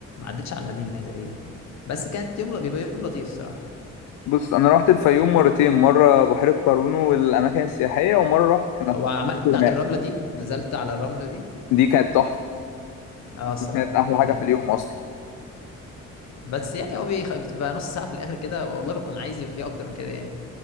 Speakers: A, on the left; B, on the left.
A: عدتش على المدينة تقريبا بس كانت يوم بيبقى يوم لطيف الصراحة
B: بص أنا رحت الفيوم مرتين مرة بحيرة قارون والأماكن السياحية ومرة رحت كان أخويا
A: وعملت
B: في
A: بتاعة
B: هناك
A: الرملة دي نزلت على الرملة دي
B: دي كانت تحفة
A: اه الصراحة
B: دي كانت
A: يعني
B: أحلى
A: جامدة
B: حاجة في
A: أوي
B: اليوم أصلا
A: بس يعني هو بيخ... بتبقى نص ساعة في الآخر كده والله بكون عايز يبقى فيه أكتر من كده يعني